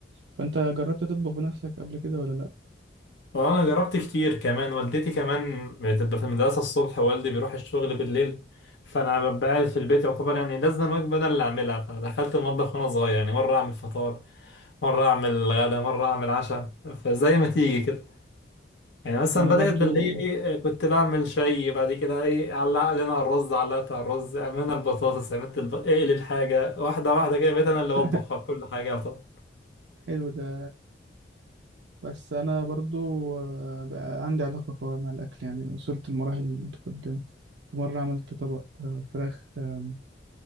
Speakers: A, on the right; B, on the left.
A: فأنت جربت تطبخ بنفسك قبل كده ولا لأ؟
B: وأنا جربت كتير كمان والدتي كمان بتبقى في المدرسة الصبح والدي بيروح الشغل بالليل فأنا ببقى قاعد في البيت يعتبر يعني لازم الوجبة أنا اللي أعملها فدخلت المطبخ وأنا صغير يعني مرة أعمل فطار مرة أعمل غدا مرة أعمل عشاء فزي ما تيجي يعني مثلا
A: أنا
B: بدأت
A: برضو
B: باللي هي ايه آه، كنت بعمل شاي بعد كده ايه علق لنا على الرز علقت على الرز عملنا البطاطس عملت الب... اقل الحاجة واحدة واحدة كده بقيت انا اللي بطبخ
A: <laughs>
B: كل حاجة طبعا
A: حلو ده بس أنا برضو آه، بقى عندي علاقة قوية مع الأكل يعني وصلت لمراحل متقدمة في مرة عملت طبق آه، فراخ آه،